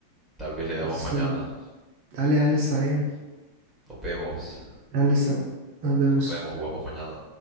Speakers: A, in the centre; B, on the right.
A: tal vez le damos
B: Listo.
A: mañana.
B: Dale, dale, está bien.
A: Nos vemos,
B: Dale, está. Nos vemos.
A: nos vemos, jugamos mañana.